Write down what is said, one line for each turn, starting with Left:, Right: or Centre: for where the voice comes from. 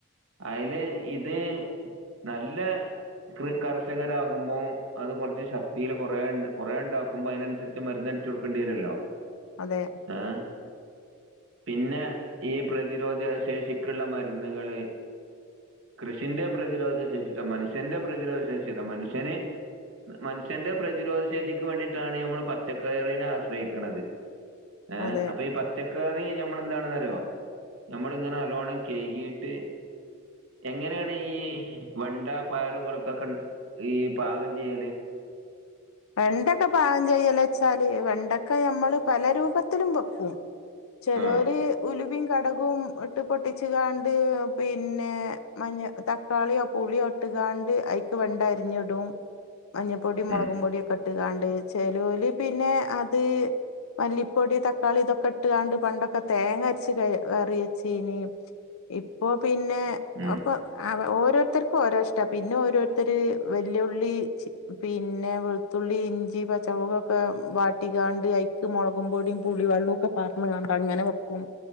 Right: അയ്ല് ഇത് നല്ല കൃ കർഷകരാകുമ്പോൾ അത് കുറച്ച് ശക്തിയിൽ കുറെ കുറെ ഉണ്ടാക്കുമ്പോ അയ്നനുസരിച്ച് മരുന്ന് അടിച്ചു കൊടുക്കേണ്ടി വരല്ലോ
Left: അതെ
Right: ഏഹ് പിന്നെ ഈ പ്രതിരോധിയ ശേഷിക്കുള്ള മരുന്നുകള് കൃഷിന്റെ പ്രതിരോധ ശേഷിയോട്ടോ മനുഷ്യന്റെ പ്രതിരോധ ശേഷി അല്ല മനുഷ്യന് മനുഷ്യന്റെ പ്രതിരോധ ശേഷിക്ക് വേണ്ടിയിട്ടാണ് ഞമ്മള് പ പച്ചക്കറിനെ ആശ്രയിക്കുന്നത് ഏ
Left: അതെ
Right: അപ്പൊ ഈ പച്ച പച്ചക്കറി നമ്മടെ എന്താണെന്നറിയോ ഞമ്മള് ഇങ്ങനെ നല്ലോണം കഴുകിട്ട് എങ്ങനെയാണ് ഈ വെണ്ട പയറു പോലത്തൊക്കെ ഈ പാകം ചെയ്യല്
Left: വെണ്ടയ്ക്ക പാകം ചെയ്യല് വെച്ചാല് വെണ്ടയ്ക്ക നമ്മള് പല രൂപത്തിൽ ത്തിലും വെക്കും ചേലോർ
Right: ആഹ്
Left: ഉലുംവിം കടു കും ഇട്ട് പൊട്ടിച്ച്കാണ്ട് പിന്നേ മഞ തക്കാളിയോ പുളിയോ ട്ട്കാണ്ട് അയ്ക്ക് വെണ്ട അരിഞ്ഞിടും. മഞ്ഞപ്പൊടിം മൊളകും
Right: ഉം
Left: പൊടിയൊ ക്കെട്ട് കാണ്ട് ചെലോല് പിന്നെ അത് മല്ലിപ്പൊടി തക്കാളി ഇതൊക്കെ ഇട്ട് കാണ്ട് പണ്ടൊക്കെ തേങ്ങ അരച്ച് ക കറി വെച്ചീനി. ഇപ്പൊ പിന്നെ
Right: ഉം
Left: അപ്പൊ ആഹ് അവ ഓരോരുത്തർക്കും ഓരോ ഇഷ്ട. പിന്നെ ഓരോരുത്തര് വെല്ല്യുളളി ചി പിന്നെ തുള്ളി, ഇഞ്ചി, പച്ചമുൾക് ഒക്കെ വാട്ടിക്കാണ്ട് അയ്ക്ക് മൊളകും പൊടിം പുളി വള്ളു ഒക്കെ പാർന്ന് കാണ്ട് അങ്ങനെ വെ ക്കും.